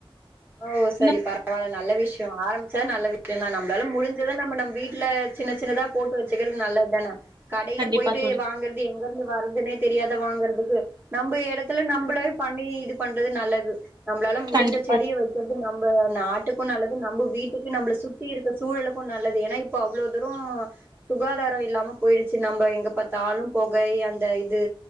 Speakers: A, on the right; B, on the right.
A: ஓ சரி
B: இன்னு
A: பரவால்ல நல்ல விஷ்யோ ஆரம்பிச்சா நல்ல விஷ்யோ தா நம்பளால முடிஞ்சத நம்ப நம் வீட்ல சின்ன சின்னதா போட்டு வச்சுக்கறது நல்லது தானா கடைல
B: கண்டிப்பா
A: போயிட்டு
B: தோழி
A: வாங்கறது எங்க இருந்து வருதுன்னே தெரியாத வாங்கறதுக்கு நம்ப இடத்துல நம் நம்மளாவே பண்ணி இது பண்றது நல்லது நம்மளால முடிஞ்ச்
B: கண்டிப்பா
A: செடிய வெக்கறது நம்ம நாட்டுக்கு நல்லது நம்ம வீட்டுக்கு நம்மள சுத் சுத்தி இருக்க சூழலுக்கு நல்லது ஏன்னா இப்ப அவ்ளோ தூரம் சுகாதாரோ இல்லாம போய்டுச்சு நம்ப எங்க பாத்தாலும் பொக அந்த இது